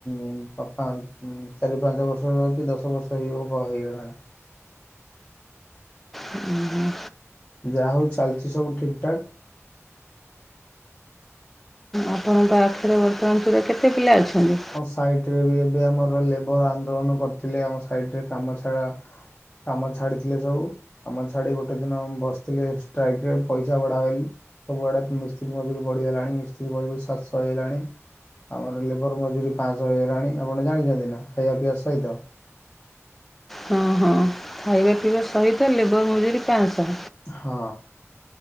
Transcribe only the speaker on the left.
ଉଁ ପାପା ଉଁ ଉଁ ଚାରି ପାଞ୍ଚ ବର୍ଷ କି ଦଶ ବର୍ଷ ହେଇ ହବ ହେଇଗଲାଣି।
ଯାହା ହଉ ଚାଲିଛି ସବୁ ଠିକ୍ ଠାକ୍।
ସାଇଟ ରେ ବି ଏବେ ଆମର ଲେବର ଆନ୍ଦୋଳନ କରିଥିଲେ ଆମ ସାଇଟରେ କାମ ଛଡ଼ା କାମ ଛାଡ଼ିଥିଲେ ସବୁ। କାମ ଛାଡ଼ି ଗୋଟେ ଦିନ ବସିଥିଲେ ଷ୍ଟ୍ରାଇକ୍ରରେ ପଇସା ବଢ଼ା ବଲି। ସବୁଆଡେ ମିସ୍ତ୍ରୀ ମଜୁରୀ ବଢିଗଲାଣି ମିସ୍ତ୍ରୀ ମଜୁରୀ ଶାତଶ ହେଇଗଲାଣି ଆମର ଲେବର ମ ଜୁରରି ପାଞ୍ଚଶହ ହୋଇଗଲାଣି ଆପଣ ଜାଣିଛନ୍ତି ନା ଖାଇବା ପିଇବା ସହିତ।
ହଁ।